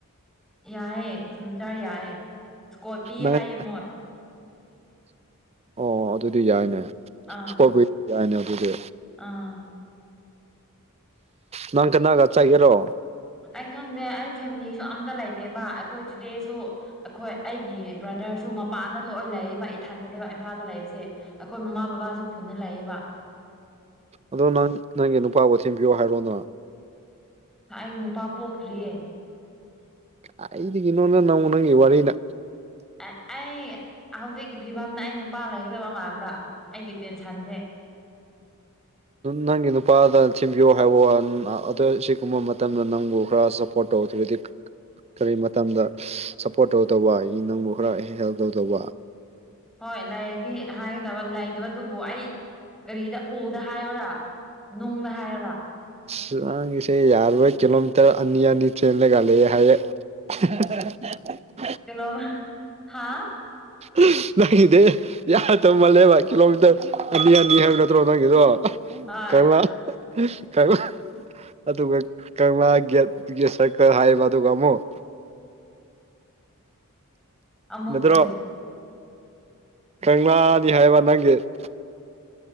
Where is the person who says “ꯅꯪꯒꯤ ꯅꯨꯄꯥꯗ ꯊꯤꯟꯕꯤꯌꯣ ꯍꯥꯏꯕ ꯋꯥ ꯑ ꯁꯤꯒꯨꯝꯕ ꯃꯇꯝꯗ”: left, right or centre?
Right